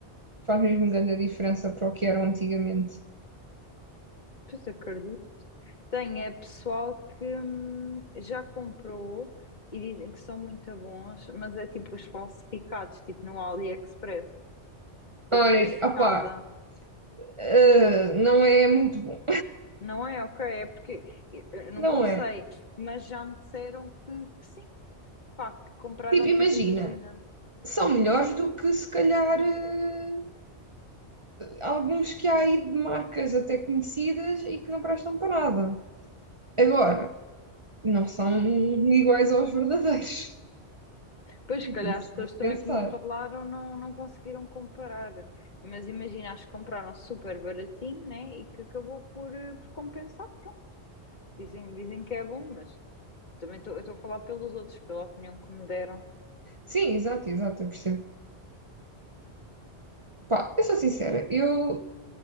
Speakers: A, on the right; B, on the left.
A: faz mesmo grande a diferença para o que eram antigamente.
B: Pois acredito. Tem, é pessoal que hum, já comprou e dizem que são muito bons, mas é tipo os falsificados, tipo no AliExpress. Eu
A: Olha,
B: fiquei chocada.
A: opá, eh, não é muito bom.
B: Não é? Ok, é porque eu, eu nunca
A: Não
B: usei,
A: é.
B: mas já me disseram que, que sim, pá, que compraram
A: Tipo, imagina,
B: tipo, imagina,
A: são
B: diz
A: melhores
B: isto.
A: do que se calhar eh, alguns que há aí de marcas até conhecidas e que não prestam para nada. Agora, não são iguais aos verdadeiros.
B: Pois, se calhar
A: Isso
B: as pessoas
A: de
B: também
A: pensar.
B: que me falaram não, não conseguiram comparar, mas imagina, acho que compraram super baratinho, né? E que acabou por, eh, por compensar, pronto. Dizem, dizem que é bom, mas Também estou eu estou a falar pelos outros, pela opinião que me deram.
A: Sim, exato, exato, eu percebo. Pá,
B: Hum.
A: eu sou sincera, eu,